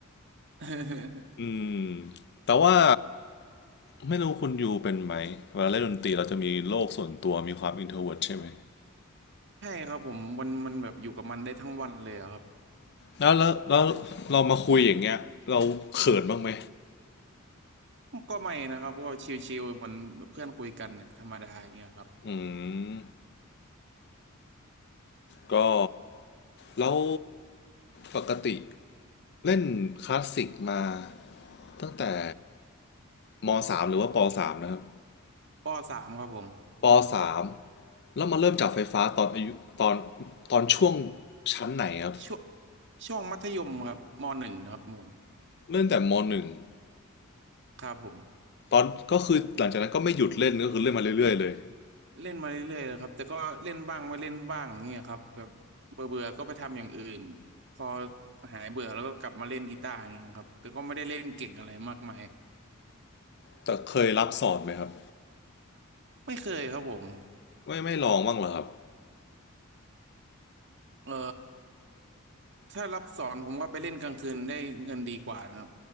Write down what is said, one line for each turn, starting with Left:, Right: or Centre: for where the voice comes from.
Right: <laughs>
Left: อืมแต่ว่าไม่รู้คุณยูเป็นไหมเวลาเล่นดนตรีเราจะมีโลกส่วนตัวมีความอินเทรเวิร์ดใช่ไหม
Right: ใช่ครับผมมันมันแบบอยู่กับมันได้ทั้งวันเลยอะครับ
Left: แล้วแล้วแล้วเรามาคุยอย่างเงี้ยเราเขินบ้างไหม
Right: ก็ไม่นะครับก็ชิลๆเหมือนเพื่อนคุยกันธรรมดาอย่างเงี้ยครับ
Left: อืมก็แล้วปกติเล่นคลาสสิกมาตั้งแต่มสามหรือว่าปสามนะครับ
Right: ปสามครับผม
Left: ปสามแล้วมาเริ่มจับไฟฟ้าตอนอายุตอนตอนช่วงชั้นไหนครับ
Right: ช่วงช่วงมัธยมครับมหนึ่งครับผม
Left: เล่นแต่มหนึ่ง
Right: ครับผม
Left: ตอนก็คือหลังจากนั้นก็ไม่หยุดเล่นก็คือเล่นมาเรื่อยๆเลย
Right: เล่นมาเรื่อยๆเลยครับแต่ก็เล่นบ้างไม่เล่นบ้างเงี้ยครับแบบเบื่อเบื่อก็ไปทำอย่างอื่นพอหายเบื่อแล้วก็กลับมาเล่นกีตาร์อย่างเงี้ยครับแต่ก็ไม่ได้เล่นเก่งอะไรมากมาย
Left: แต่เคยรับสอนไหมครับ
Right: ไม่เคยครับผม
Left: ไม่ไม่ลองบ้างเหรอครับ
Right: เอ่อถ้ารับสอนผมว่าไปเล่นกลางคืนได้เงินดีกว่านะครับ